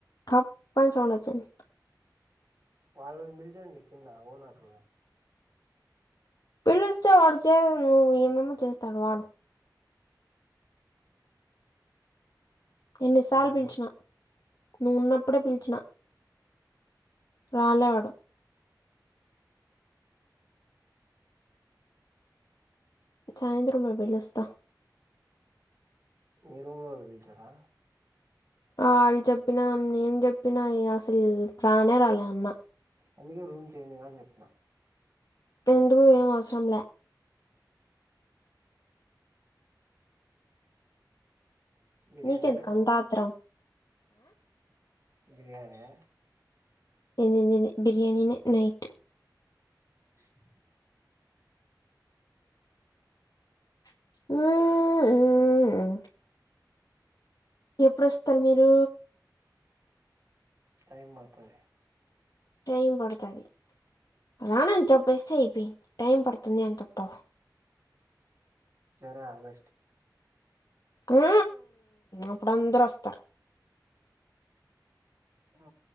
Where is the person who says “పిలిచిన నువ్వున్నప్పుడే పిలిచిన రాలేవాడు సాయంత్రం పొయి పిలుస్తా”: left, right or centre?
Left